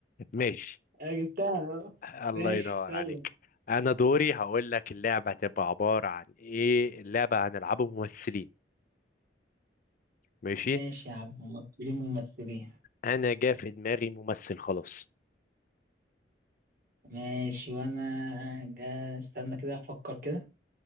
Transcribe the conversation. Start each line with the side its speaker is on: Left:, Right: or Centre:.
Left: ماشي
Right: أنا جبتها أهو.
Left: الله
Right: ماشي
Left: ينور
Right: يلا
Left: عليك انا دوري هقول لك اللعبه هتبقى عباره عن ايه اللعبه هنلعبه ممثلين ماشي
Right: ماشي يا عم ممثلين ممثلين
Left: انا جا في دماغي ممثل خلاص
Right: ماشي وانا جا استنى كده افكر كده